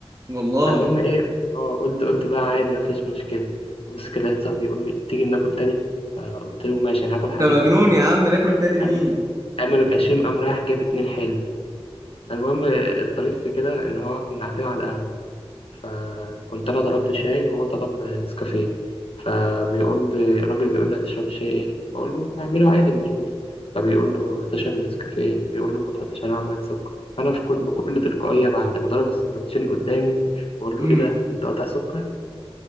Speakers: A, on the right; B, on the left.
A: والله
B: فالمهم ايه اه قلت قلت بقى عادي مفيش مشكلة بص كده لقيت صاحبي يقول لي تيجي ناكل تاني آه، قلت له ماشي انا هاكل
A: انت
B: حادق
A: مجنون
B: بس
A: يا عم ناكل تاني مين
B: قام قام الغشيم قام رايح جاب اتنين حلو فالمهم آه، الطريف في كده ان هو كنا قاعدين على القهوة فكنت أنا طلبت شاي وهو طلب نسكافيه فبيقول لي الراجل بيقول لي هتشرب الشاي إيه؟ بقول له أعمله عادي مظبوط فبيقول له هتشرب النسكافيه إيه؟ بيقول له ما تحطش عليه معلقة سكر أنا في كل بكل تلقائية بعد ما ضرب السندوتشين قدامي بقول له
A: امم
B: إيه ده أنت قاطع سكر؟